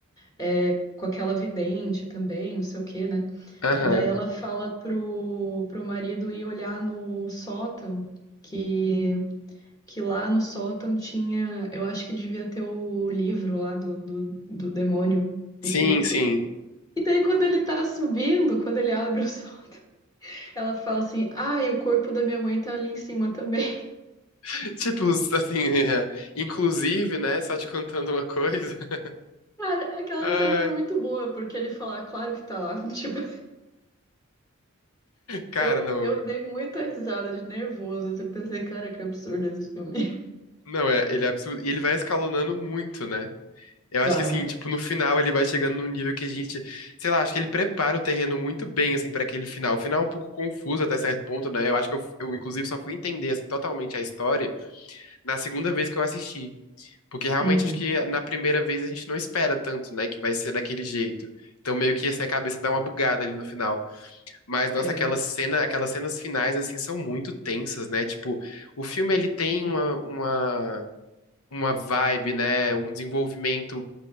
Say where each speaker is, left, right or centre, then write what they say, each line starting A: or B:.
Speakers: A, on the left; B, on the left.
A: é, com aquela vidente também, não sei o quê, né?
B: Aham.
A: E daí ela fala pro, pro marido ir olhar no sótão, que, que lá no sótão tinha, eu acho que devia ter o livro lá do, do, do demônio, do
B: Sim,
A: culto.
B: sim.
A: E daí quando ele tá subindo, quando ele abre o sótão, ela fala assim, ai, o corpo da minha mãe tá ali em cima também.
B: <laughs> Tipo, assim, é, inclusive, né? Só te contando uma coisa. <laughs>
A: <laughs> Cara, aquela
B: Ah,
A: cena foi muito boa, porque ele fala, "Ah, claro que tá lá. <laughs> Tipo,
B: cara,
A: eu,
B: não.
A: eu dei muita risada de nervoso. assim, Eu pensei, cara, que absurdo esse filme.
B: Não, é, ele é absurdo. E ele vai escalonando muito, né? Eu
A: Vai.
B: acho que assim, tipo, no final ele vai chegando num nível que a gente, sei lá, acho que ele prepara o terreno muito bem, assim, pra aquele final. O final é um pouco confuso até certo ponto, né? Eu acho que eu, eu, inclusive, só fui entender, assim, totalmente a história na segunda vez que eu assisti. Porque realmente
A: Uhum.
B: acho que na primeira vez a gente não espera tanto, né, que vai ser daquele jeito. Então meio que assim a cabeça dá uma bugada ali no final. Mas nossa,
A: É.
B: aquela cena, aquelas cenas finais assim são muito tensas, né? Tipo, o filme ele tem uma, uma uma vibe, né, um desenvolvimento